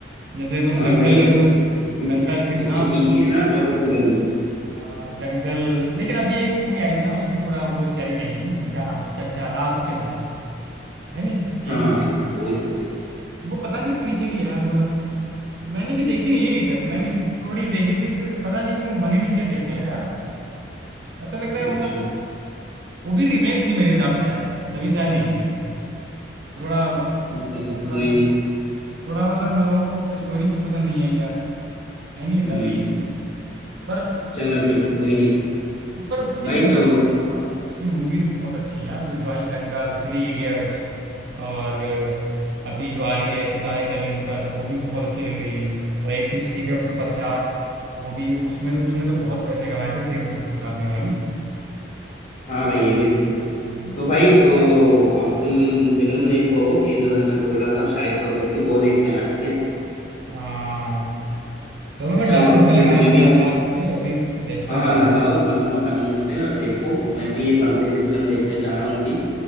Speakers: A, on the right (about 60°); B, on the left (about 35°).
A: जैसे तुम
B: हाँ
A: दंगल
B: भाई
A: ले
B: उसकी
A: लो
B: उसकी
A: दंगल कितना
B: उसकी पी के ना बहुत अच्छी लगी मुझे
A: अ, दंगल लेकिन अभी एक मूवी आई थी ना उसकी थोड़ा वो चली नहीं क्या नाम था चड्ढा लास्ट चड्ढा है नहीं यही
B: हाँ वो
A: अ,
B: भी सही है
A: वो पता नहीं क्यों नहीं चली यार थोड़ा मैंने भी देखी नहीं अभी तक मैंने भी थोड़ी ही देखी थी फिर पता नहीं क्यों मन ही नहीं किया देखने का यार ऐसा लग रहा है
B: अच्छा
A: मतलब वो भी रीमेक थी मेरे हिसाब से यार तभी शायद नहीं चली थोड़ा
B: चलो
A: थोड़ा
B: कोई नहीं
A: थोड़ा मतलब लोगों को स्टोरी भी पसंद नहीं आई यार है नहीं
B: हम्म,
A: तभी पर
B: चलो ठीक है कोई नहीं
A: पर उसकी
B: भाई
A: मूवी
B: तो
A: उसकी मूवीज बहुत अच्छी हैं यार जो जो आई दंगल थ्री इडियट्स और अभी जो आ रही है सितारे जमीन पर वो भी बहुत अच्छी लग रही है और एक थी सीक्रेट सुपरस्टार वो भी उसमें तो उसने तो बहुत पैसे कमाए थे सीक्रेट सुपरस्टार ने भाई
B: हाँ भाई ये भी सही है
A: हम्म।
B: तो भाई तो अब तुम फिल्म देखो ये जो है मैं बोल रहा था शाहिद कपूर की वो देख लेना ठीक है
A: हाँ चलो मैं
B: चलो
A: डाउनलोड पे
B: फिर
A: लगाया
B: मैं
A: हूँ
B: भी
A: चार पांच मूवी अभी देखता
B: हाँ
A: हूँ
B: हाँ
A: जाके
B: लगाओ लगाओ डाउनलोड पे और देखो मैं भी एक अंग्रेजी फिल्म देखने जा रहा हूँ अभी